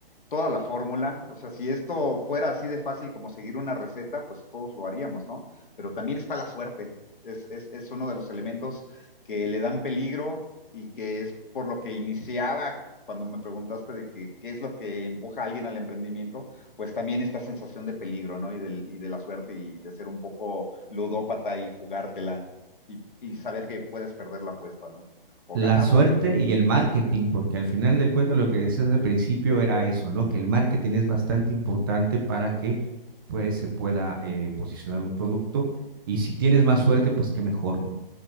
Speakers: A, on the left (about 60°); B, on the right (about 25°).
A: toda la fórmula. O sea, si esto fuera así de fácil como seguir una receta, pues todos lo haríamos, ¿no? Pero también está la suerte. Es, es, es uno de los elementos que le dan peligro y que es por lo que iniciaba cuando me preguntaste de que, qué es lo que empuja a alguien al emprendimiento, pues también esta sensación de peligro, ¿no? Y, del, y de la suerte y de ser un poco ludópata y jugártela y, y saber que puedes perder la apuesta, ¿no? O
B: la
A: ganarla.
B: suerte y el marketing, porque al final del cuento lo que decías al principio era eso, ¿no? Que el marketing es bastante importante para que pues se pueda eh, posicionar un producto y si tienes más suerte, pues qué mejor, ¿no?